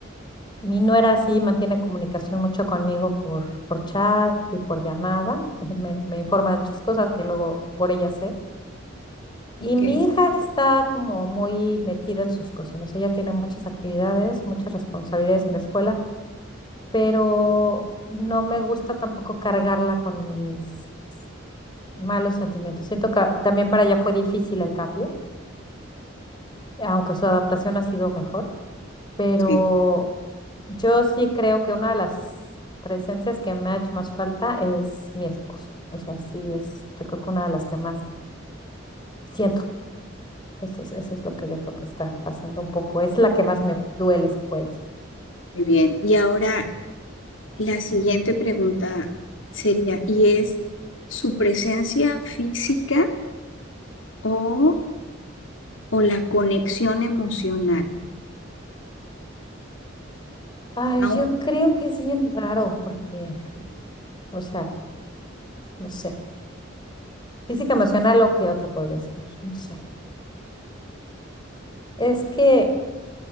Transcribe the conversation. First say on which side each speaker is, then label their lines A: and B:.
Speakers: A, on the left (about 25°); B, on the left (about 75°).
A: mi nuera sí mantiene comunicación mucho conmigo por, por chat y por llamada. <laughs> Me, me informa de muchas cosas que luego por ella sé Y
B: ok,
A: mi hija está como muy metida en sus cosas, o sea, ella tiene muchas actividades, muchas responsabilidades en la escuela, pero no me gusta tampoco cargarla con mis malos sentimientos. Siento que también para ella fue difícil el cambio, aunque su adaptación ha sido mejor, pero
B: Sí.
A: yo sí creo que una de las presencias que me ha hecho más falta es mi esposo. O sea, sí es, yo creo que una de las que más siento. Eso es, eso es lo que yo creo que está pasando un poco. Es la que más me duele, se puede decir.
B: muy bien. Y ahora la siguiente pregunta sería, ¿y es su presencia física o, o la conexión emocional?
A: Ay,
B: Aún
A: yo creo que es bien raro porque, o sea, no sé, física emocional o qué otra podría ser, no sé. Es que